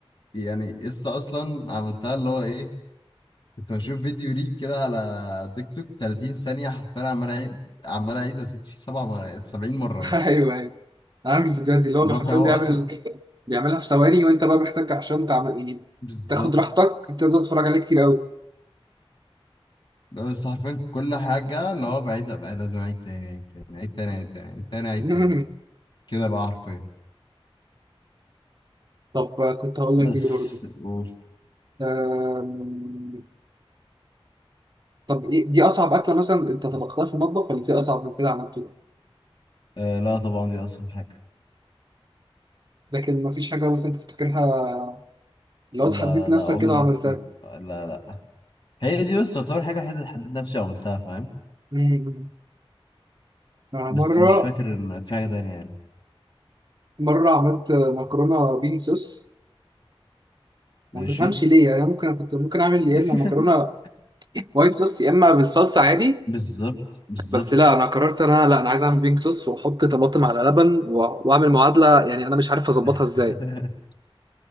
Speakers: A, on the left (about 50°); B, on the right (about 45°).
A: يعني لسه أصلا عملتها اللي هو إيه كنت بشوف فيديو ريل كده على تيك توك 30 ثانية حرفيا عمال أعيد عمال أعيد وأزيد فيه سبع مرات 70 مرة
B: <laughs>
A: مثلا
B: ايوه ايوه انا عارف الفيديوهات دي اللي هو
A: اللي
B: حرفيا
A: هو فاهم هو
B: بيعمل
A: أصلا
B: بيعملها في ثواني وانت بقى محتاج عشان تعمل يعني
A: بالظبط
B: تاخد راحتك بتفضل تتفرج عليها كتير قوي
A: اللي هو بس حرفيا كل حاجة اللي هو بعيدها بقى لازم أعيد تاني أعيد تاني أعيد تاني أعيد تاني أعيد تاني أعيد
B: <laughs>
A: تاني كده بقى حرفيا
B: طب آه، كنت هقول
A: بس
B: لك ايه برضه
A: قول
B: آم، طب ايه دي اصعب اكلة مثلا انت طبختها في المطبخ ولا في اصعب من كده عملته
A: آه لا طبعا دي أصعب حاجة
B: لكن ما فيش حاجة مثلا تفتكرها لو
A: لا
B: تحديت نفسك
A: لا لا عمره
B: كده وعملتها
A: في لا لا هي دي بس تعتبر حاجة حد- حددت نفسي عملتها فاهم
B: مم. أنا
A: بس
B: مرة
A: مش فاكر ال- في حاجة تانية يعني
B: مرة عملت مكرونة بين صوص
A: ماشي
B: وما تفهمش ليه يعني أنا ممكن كنت ممكن أعمل يا
A: <laughs>
B: إما مكرونة وايت صوص يا إما بالصلصة عادي
A: بالظبط بالظبط
B: بس لا أنا قررت إن أنا لا أنا عايز أعمل بين صوص وأحط طماطم على لبن و- وأعمل معادلة يعني أنا مش عارف أظبطها
A: <laughs>
B: إزاي